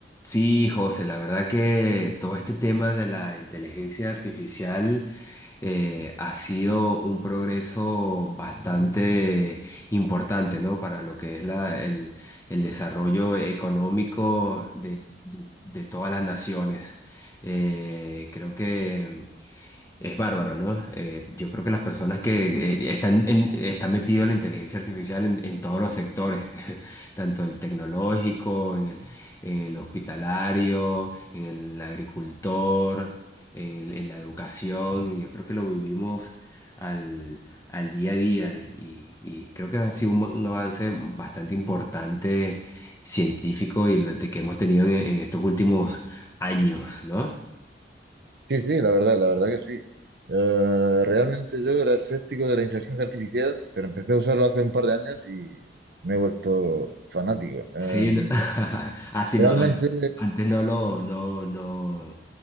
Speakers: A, on the left; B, on the right.
A: Sí, José, la verdad que todo este tema de la inteligencia artificial eh, ha sido un progreso bastante importante, ¿no? Para lo que es la, el, el desarrollo económico de, de- de todas las naciones. Eh, creo que es bárbaro, ¿no? Eh, yo creo que las personas que eh, están, en, están metidas en la inteligencia artificial en, en todos los sectores, <laughs> tanto el tecnológico, en el, en el hospitalario, en el agricultor, en el- en la educación, yo creo que lo vivimos al, al día a día y, y- y creo que ha sido un, un avance bastante importante científico y lo de que hemos tenido en en estos últimos años, ¿no?
B: Sí, sí, la verdad, la verdad que sí. Eh, realmente yo era escéptico de la inteligencia artificial, pero empecé a usarlo hace un par de años y me he vuelto fanático. Eh,
A: Sí, no. <laughs> ah, sí,
B: realmente,
A: no, an- antes no lo, no, no,